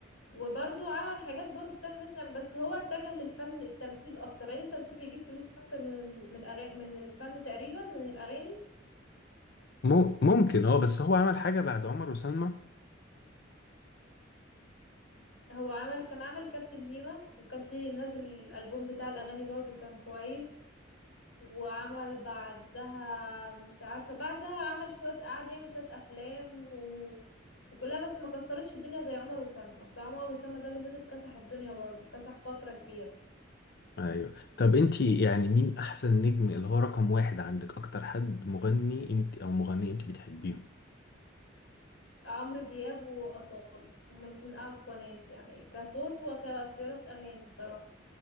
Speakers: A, on the left (about 90°); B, on the left (about 55°).
A: وبرضو عمل حاجات برضو تامر حسني يعني بس هو اتجه للفن التمثيل اكتر لان التمثيل بيجيب فلوس اكتر من ال... من الأغاني... من الفن تقريبا من الاغاني
B: مم. ممكن اه بس هو عمل حاجة بعد عمر وسلمى
A: هو عمل كان عمل كابتن هيما وكان ليه منزل الالبوم بتاع الاغاني برضو كان كويس وعمل بعدها مش عارفة بعدها عمل شوية قعد يعمل شوية أفلام و... وكلها بس ما كسرتش الدنيا زي عمر وسلمى بس عمر وسلمى ده اللي نزل كسح الدنيا برضه كسح فترة كبيرة
B: ايوه طب انت يعني مين احسن نجم اللي هو رقم واحد عندك اكتر حد مغني انت او مغني انت بتحبيهم
A: عمرو دياب وأصالة هما الاتنين أقوى ناس يعني كصوت وكاختيارات أغاني بصراحة